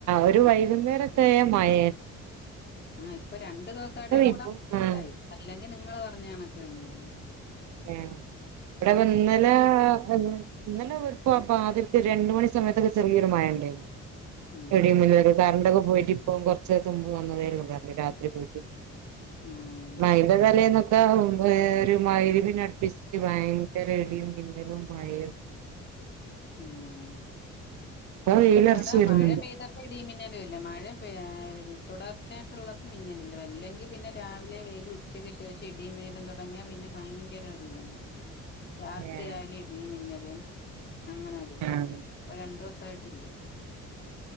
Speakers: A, on the right; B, on the left.
A: ഒരു വൈകുന്നേര അഴ മഴ
B: ആഹ് ഇപ്പൊ രണ്ട് ദിവസായി ട്ടാണ് ഇവിടെ
A: ഇപ്പം
B: ഫുൾടൈം
A: ആഹ്
B: അല്ലെങ്കി നിങ്ങള് പറഞ്ഞണക്കെന്നെര്ന്നു
A: ആഹ് ഇവെടെ ഇന്നലേ അ ഇന്നലെ ഒരുപ്പപ്പ ആദ്യത്ത് രണ്ട് മണി സമയത്തൊക്കെ ചെറിയൊരു മഴ ണ്ടായിരുന്നു
B: ആ
A: ത്രേംമുന്നേ കറണ്ടൊക്കെ പോയിട്ട് ഇപ്പൊ കൊറ്ചെര്ത്തെ മുൻപ് വന്നേതെ ഒള്ളൂ കര്ണ്ട് രാത്രി പോയിട്ട്
B: ഉം
A: മയ്ന്റെ തലേന്നൊക്കെ ഏ ഒര് മഹ് രിബ് അട്പ്പിച് ഭയങ്കര ഇടിയും മിന്നലുംമാഴയും
B: ആഹ്
A: ഇപ്പൊ വെയിലറച്ച്
B: ഇപ്പടെ
A: വരുന്നുണ്ട്
B: മഴ പെയ്ത പ്പ ഇടി മിന്നലും ല്ല മഴ പെ ര് തുടർചെയിട്ടുള്ള മിന്നലില്ല വല്ലെങ്കി പിന്നെ രാവിലെ വെയില് ഉ ഉച്ചക്ക് ശേഷം ഇടീ മിന്നലും തൊട്ങ്ങിയാ പിന്നെ ഭയങ്കര ഒരുരിതാണ് രാത്രിയാലും
A: ഏഹ്
B: ഇടി മിന്നലും അങ്ങനെ ഇതായിര്ന്നു
A: ആഹ്
B: പ്പ രണ്ടു സായിട്ടില്ല